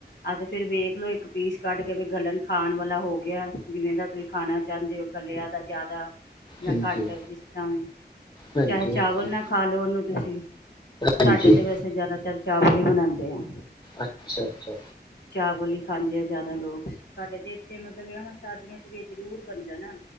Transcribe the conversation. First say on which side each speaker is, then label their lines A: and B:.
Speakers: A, on the left; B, on the left.
A: ਆਹ ਤੇ ਫੇਰ ਵੇਖਲੋ ਇੱਕ ਪੀਸ ਕੱਢ ਕੇ ਵੀ ਗਲਣ ਖਾਣ ਵਾਲਾ ਹੋ ਗਿਆ ਜਿਵੇਂ ਦਾ ਤੁਸੀਂ ਖਾਣਾ ਚਾਹੁੰਦੇ ਹੋ ਗਲਿਆਂ ਦਾ ਜ਼ਿਆਦਾ ਜਾਂ
B: ਹਾਂਜੀ
A: ਘੱਟ ਜਿਸ ਤਰ੍ਹਾਂ ਵੀ
B: ਹਾਂਜੀ
A: ਚਾਹੇ ਚਾਵਲ
B: ਹਾਂਜੀ
A: ਨਾ ਖਾ ਲਓ ਉਹਨੂੰ ਤੁਸੀਂ
B: ਹਾਂਜੀ
A: ਸਾਡੇ ਤੇ ਵੈਸੇ ਜ਼ਿਆਦਾਤਰ ਚਾਵਲ ਹੀ ਬਣਾਉਂਦੇ ਆ
B: ਅੱਛਾ ਅੱਛਾ
A: ਚਾਵਲ ਹੀ ਖਾਂਦੇ ਆ ਜ਼ਿਆਦਾ ਲੋਕ- ਸਾਡੇ ਤੇ ਇੱਥੇ ਮਤਲਬ ਇਹਾਂ ਸ਼ਾਦੀਆਂ ਚ ਵੀ ਜ਼ਰੂਰ ਬਣਦੇ ਨਾ